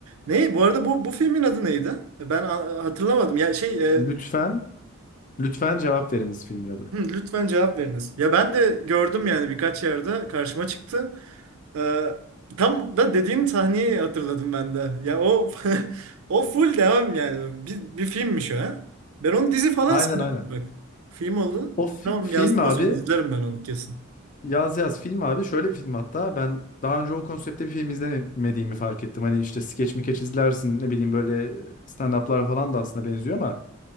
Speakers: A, on the right; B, on the left.
A: Ne? Bu arada bu bu filmin adı neydi? Ben a- hatırlamadım. Ya şey,
B: Lütfen,
A: e,
B: lütfen cevap veriniz filmin adı.
A: hı, lütfen cevap veriniz. Ya ben de gördüm yani birkaç yerde karşıma çıktı. Ee, tam da dediğin sahneyi hatırladım ben de. Ya o <laughs> o full devam yani. Bir, bir filmmiş o ha. Ben onu dizi falan
B: Aynen
A: sanıyordum
B: aynen.
A: bak. Film oldu.
B: O fi-
A: Tamam
B: film
A: yazdım
B: abi,
A: o zaman izlerim ben onu kesin.
B: Yaz Yaz film abi şöyle bir film hatta. Ben daha önce o konseptte bir film izlemediğimi fark ettim. Hani işte skeç mikeç izlersin ne bileyim böyle stand-up'lar falan da aslında benziyor ama